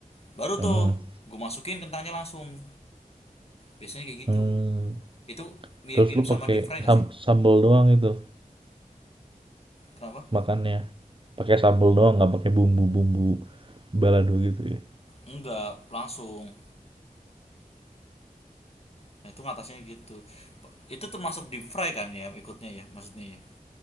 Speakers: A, on the left; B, on the right.
A: baru
B: Mm-mm.
A: tuh gue masukin kentangnya langsung biasanya kayak
B: Hmm.
A: gitu itu mirip-mirip
B: terus lu
A: sama
B: pakai
A: deep fry gak
B: sam-
A: sih
B: sambal doang itu
A: kenapa
B: makannya. Pakai sambel doang, nggak pakai bumbu-bumbu balado gitu ya.
A: enggak langsung nah itu ngatasnya gitu itu termasuk deep fry kan ya ikutnya ya maksudnya ya